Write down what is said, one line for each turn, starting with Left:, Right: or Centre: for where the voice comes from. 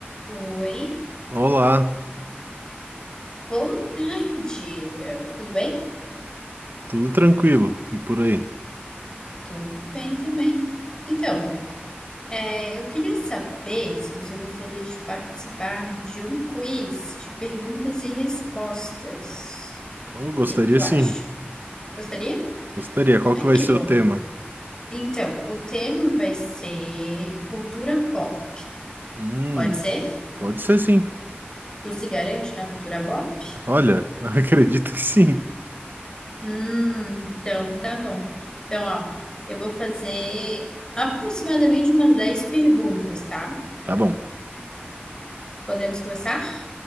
Left: Oi,
Right: Olá,
Left: boa tarde. Tudo bem?
Right: tudo tranquilo? E por aí?
Left: Tudo bem também. Então, é, eu queria saber se você gostaria de participar de um quiz de perguntas e respostas.
Right: Eu gostaria
Left: O que é que tu acha?
Right: sim,
Left: Gostaria?
Right: gostaria. Qual
Left: Ai,
Right: que vai
Left: que
Right: ser
Left: bom.
Right: o tema?
Left: Então, o tema vai ser cultura pop.
Right: Hum,
Left: Pode ser?
Right: pode ser sim.
Left: Tu se garante na cultura pop?
Right: Olha, <laughs> acredito que sim.
Left: Hum, então, tá bom. Então, ó, eu vou fazer aproximadamente umas 10 perguntas, tá?
Right: Tá bom,
Left: Podemos começar?